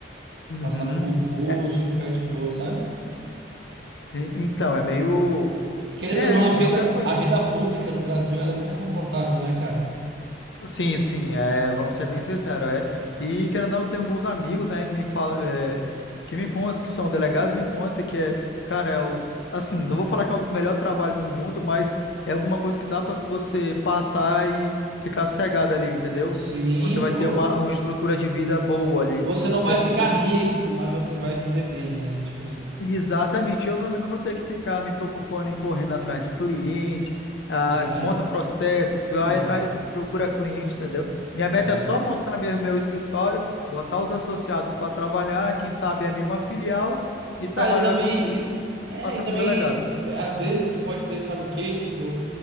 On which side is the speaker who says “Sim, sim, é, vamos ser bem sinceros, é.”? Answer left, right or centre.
Left